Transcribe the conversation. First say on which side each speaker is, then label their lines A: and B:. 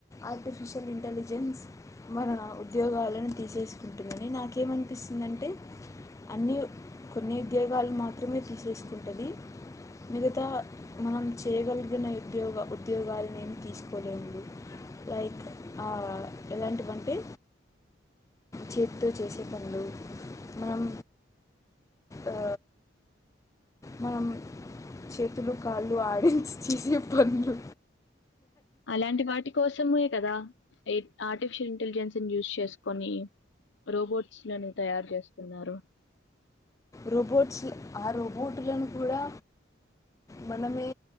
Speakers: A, on the left (about 15°); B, on the left (about 70°).
A: ఆర్టిఫిషియల్ ఇంటెలిజెన్స్ మన ఉద్యోగాలను తీసేసుకుంటుందని నాకేమనిపిస్తుందంటే అన్నియూ కొన్ని ఉద్యోగాలు మాత్రమే తీసేసుకుంటది మిగతా మనం చేయగలిగిన ఉద్యోగ ఉద్యోగాలని ఏం తీసుకోలేందు లైక్ ఆ ఎలాంటివంటే చేతితో చేసే పనులు మనం ఆ మనం చేతులు కా ళ్ళు ఆడించి చేసే పనులు
B: అలాంటి వాటి కోసమే కదా ఎట్ ఆర్టిఫిషియల్ ఇంటెలిజెన్స్ ను యూజ్ చేసుకోని రోబోట్స్ లను తయారు చేస్తున్నారు
A: రోబోట్స్ ఆ రోబోట్టులను కూడా మనమే